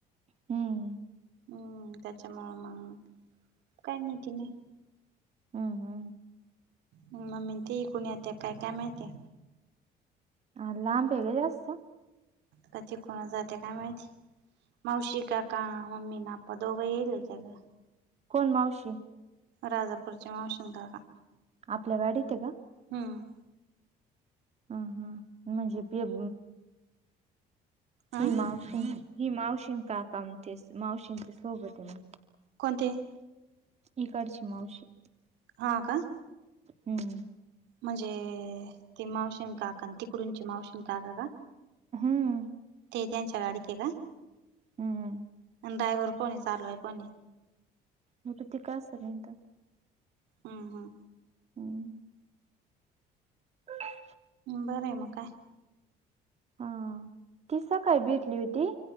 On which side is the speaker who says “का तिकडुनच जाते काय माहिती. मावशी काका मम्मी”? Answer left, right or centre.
Right